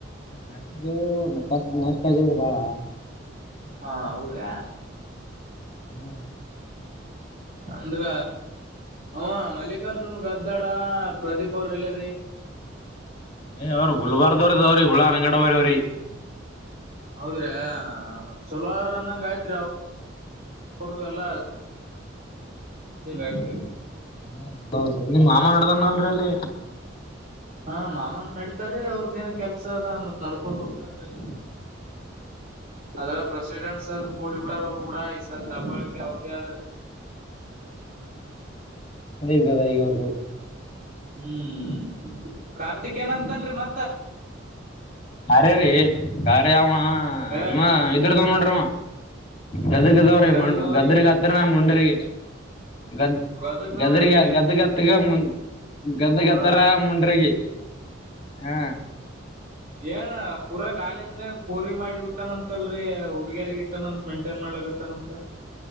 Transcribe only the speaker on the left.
ಹಾಕಿದವು ಕಷ್ಟ ನಷ್ಟ ಆಗ್ಯದ್ರಿ ಬಾಳ
ಹ್ಮ್
ಏ್ ಅವ್ರು ಗುಲ್ಬಾರ್ದವ್ರ ಇದದಾವ್ರೀ ಹುಳಾ ಅಂಗಡವರವ್ರೀ
ಹಾ ತುಾದು ನಿಮ್ಮ್ ಮಾಮ ನಡ್ದನ್ ಅಲ್ರಿ ಅಲ್ಲಿ
ಹ್ಮ್ೇವಗದ ಈಗ ಅವ್ರ್ದು
ಅರೇ ರೀ ಬಾರಿ ಅವ
ನಿಮ್ಮ ಇದ್ರದವ ನೋಡ್ರಿ ಅವ ಗದಗದವ್ರೀ
ಗದ್ರಿಗೆ ಹತ್ರನ ಮುಂಡ್ರಗಿ ಗದ್
ಗದರಿ ಗ ಗದ್ದ ಗತ್ತುಗ ಮು ಗದ್ದ ಗದತ್ತಾರ
ಮುಂಡ್ರಗಿ ಹಾ